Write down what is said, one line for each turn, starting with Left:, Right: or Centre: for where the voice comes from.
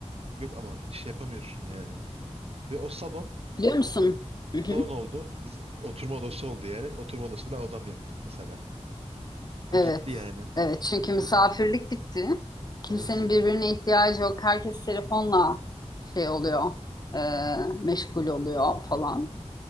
Right: Yok ama şey yapamıyorsun yani. Ve o salon
Left: Biliyor musun? <laughs>
Right: salon oldu. Biz oturma odası oldu yani. Oturma odasını ben odam yaptım mesela. O
Left: Evet,
Right: gitti yani.
Left: evet. Çünkü misafirlik bitti. Kimsenin
Right: Evet.
Left: birbirine ihtiyacı yok. Herkes telefonla şey oluyor, e, meşgul oluyor falan.